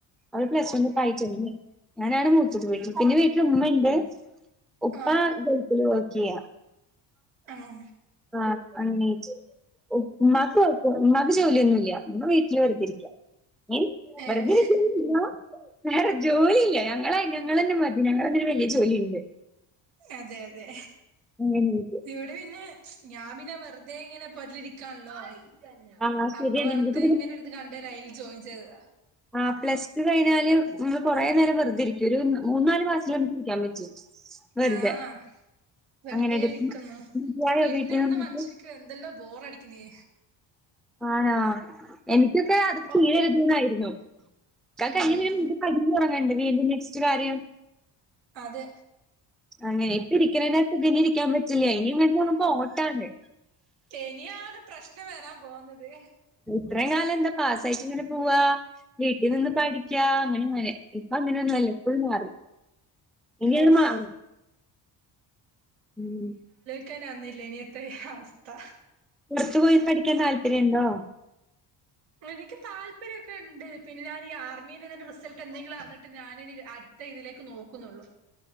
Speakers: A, in the centre; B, on the right.
A: അവള് പ്ലസ് വൺ
B: ഉം
A: ഇപ്പായിറ്റൊള്ളു ഞാനാണ് മൂത്തത് പോയിട്ടി. പിന്നെ വീട്ടില് ഉമ്മണ്ട് ഉപ്പ
B: ആഹ്
A: ഗൾഫില് വർക്കെയ്യാ.
B: ആണോ?
A: ആഹ് അങ്ങനെയായിട്ട് ഉമ്മാക്ക് വർക്ക് ഉമ്മാക്ക് ജോലിയൊന്നുല്ല ഉമ്മ വീട്ടില് വെറുതിരിക്ക. ഏഹ്
B: ഏഹ്
A: വെറുതിരിക്ക ഉമ്മ വേറെ ജോലിയില്ല ഞങ്ങള ഞങ്ങളെന്നെ മതി. ഞങ്ങളെ തന്നെ ഒരു വലിയ ജോലിയുണ്ട്
B: അതെ അതെ
A: അങ്ങനെയായിട്ട്
B: ഇവിടെ പിന്നെ. ഞാൻ പിന്നെ വെറുതെ ഇങ്ങനെ പൊര്ലിരിക്കാണ്ല്ലോ. <unintelligible>
A: ആ ശരിയാണ്
B: അപ്പൊ വെറുതെ
A: നിങ്ങൾക്ക്
B: ഇങ്ങനെ ഒര്ത് കണ്ടേരം അയ്ൽ ജോയിൻ ചെയ്തതാ.
A: ആഹ് പ്ലസ് ടു കഴിഞ്ഞാല് ഇമ്മള് കൊറേ നേരം വെറുതെ ഇരിക്കും ഒരു. മൂന്നാല് മാസത്തില് <unintelligible> ഇരിക്കാൻ <unintelligible> വെറുതെ
B: ആഹ് വെറുതേ
A: അങ്ങനെയായിട്ട്
B: ഇരിക്കുന്നു
A: മതിയായോ
B: ഇരുന്നിരുന്ന്
A: വീട്ടിൽ നിന്ന്
B: മനുഷ്യൻ. ക്കെന്തല്ലാ ബോറടിക്കുന്നെ.
A: ആണോ എനിക്കൊക്കെ അതൊക്കെ
B: ഓ
A: <unintelligible> ന്നായിരുന്നു. ഒക്കെ
B: ഉം
A: കഴിഞ്ഞ് പിന്നെ വീണ്ടും പടിഞ്ഞുറങ്ങേണ്ട വീണ്ടും നെക്സ്റ്റ് കാര്യം.
B: അതെ.
A: അങ്ങനെ ഇപ്പ ഇരിക്ക്ണെകാട്ടി തിന് ഇരിക്കാൻ പറ്റില്ല ഇനി <unintelligible> ഓട്ടാണ്.
B: ശനിയാണ് പ്രശ്നം വരാൻ പോകുന്നത്.
A: ഇത്രയും കാലം എന്താ പാസായിട്ട് ഇങ്ങനെ പോവാ വീട്ടി നിന്ന് പടി ക്കാ അങ്ങനെങ്ങനെ ഇപ്പ അങ്ങനെൊന്നുംല്ല ഫുൾ മാറി. ഇനി
B: ഔഫ്.
A: അത് മാറും. ഉം.
B: ക്കനന്നില്ല ഇനിയത്തെ അവസ്ഥ
A: പുറത്തു പോയി പഠിക്കാൻ താല്പര്യണ്ടോ
B: എനിക്ക് താപര്യക്കെണ്ട് പിന്നെ ഞാന് ഈ ആർമിന്റെതിന്റെ റിസൽട്ട് എന്തെങ്കിലുഅറിഞ്ഞിട്ട് ഞാനൻ ഇനി അ ഇപ്പ ഇതിലേക്ക് നോക്കുന്നുള്ളൂ